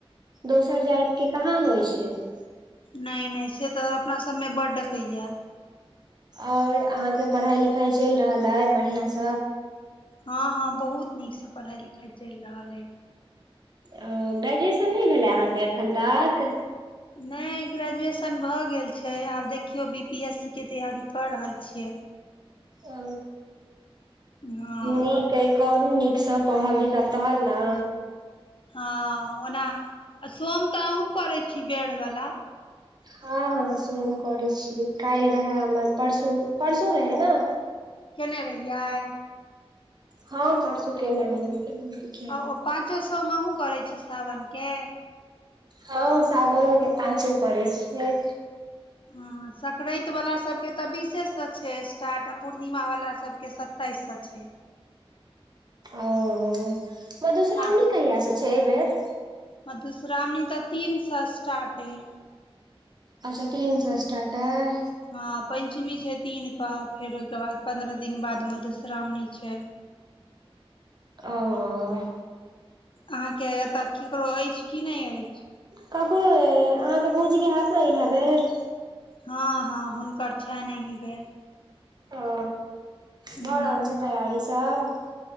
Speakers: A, on the right; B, on the left.
A: दोसर जायत के। कहाँ होइ छै त।
B: नै नै से तऽ अपना सबमे बड हया
A: आओर अहाँके पढ़ाई लिखाई चैल रहलय बढ़ियास।
B: हाॅं हाॅं बहुत नीकसँ पढ़ाय लिखाय चैल रहलै।
A: ओ, गायजेशन नहि भेलै अहाँके अखन तक।
B: नै ग्रेजुएशन भऽ गेल छै आब देखयो बी पी एस सी के तैयारी कऽ रहल छियै।
A: ओ
B: हँ
A: निक <inaudible> करू नीकसँ पढ़ब लिखब तहन न
B: हाॅं ओना आ सोम तऽ आहुँ करै छी बेड़ बला
A: हाॅं हाॅं सोम करै छी काइल रहै हमर परसू परसू रहै न
B: केने रहियाय
A: हम परसु केने रहीएय <inaudible>
B: आ ओ पाँचो सोम आहु करै छी सावन के
A: हाॅं सावनो के पाँचो करै छिय
B: हाॅं सकरैत वला सबके तऽ बिसे सॅं छै स्टार्ट पुर्णिमा वला सबके सताइस सॅं छै
A: ओ होहो मधुश्रावणी
B: आ
A: कहिया सॅं छै ऐय बेर
B: मधुश्रावणी तऽ तीन सॅं स्टार्ट हैय
A: अच्छा तीन सॅं स्टार्ट अय
B: हां पैंञ्चमी छै तीन क फेर ओयके बाद पन्द्रह दिन बाद मधुश्रावणी छै
A: ओऽ
B: अहाँके एतय किकरो अइछ कि नै अइछ
A: ककरो ऐ अहाँके भौजी के हैत नै इहै बेर
B: हँ हँ हुनकर छैन ऐ ही बेर
A: ओ भऽ
B: हूँ
A: रहल छै तैयारी सब